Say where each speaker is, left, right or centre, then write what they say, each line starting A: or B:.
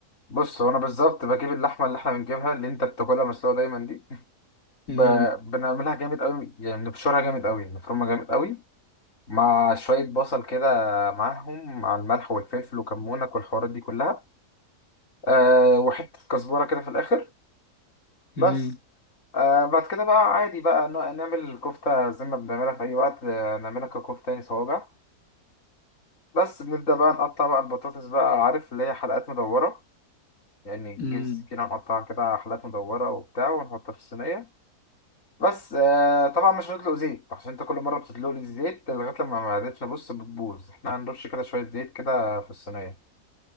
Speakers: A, on the left (about 55°); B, on the left (about 75°).
A: بص هو انا بالظبط بجيب اللحمه اللي احنا بنجيبها اللي انت بتاكلها مسلوقه دايما دي
B: امم
A: ب... بنعملها جامد قوي يعني نبشرها جامد قوي نفرمها جامد قوي مع شويه بصل كده معاهم مع الملح والفلفل وكمونك والحوارات دي كلها أه وحته كزبره كده في الاخر بس
B: امم
A: أه بعد كده بقى عادي بقى ن- نعمل الكفته زي ما بنعملها في اي وقت آه، نعملها ككفته يعني صوابع بس بنبدا بقى نقطع بقى البطاطس بقى عارف اللي هي حلقات مدوره يعني نجيب
B: امم
A: السكينة نقطعها كده حلقات مدورة وبتاع ونحطها في الصينية بس آه طبعا مش هنطلق زيت عشان انت كل مرة بتدلق لي الزيت لغاية لما معدتنا بص بتبوظ احنا هنرش كده شوية زيت كده في الصينية